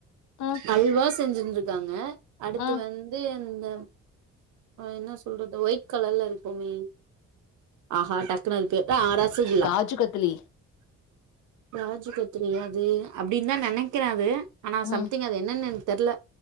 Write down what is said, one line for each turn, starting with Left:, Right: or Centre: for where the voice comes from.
Left: ம்
Right: அல்வா செஞ்சிருந்திருக்காங்க அடுத்து
Left: ம்
Right: வந்து இந்த என்ன சொல்றது ஒயிட் கலர்ல இருக்குமே ஆஹா டக்குனு அத கேட்டா ஆடா சையா
Left: காஜு கத்திலி
Right: காஜு கத்திலியா அது அப்டின்னு தா நெனைக்கிற அது ஆனா
Left: ம்
Right: சம்திங் அது என்னன்னு எனக்கு தெரில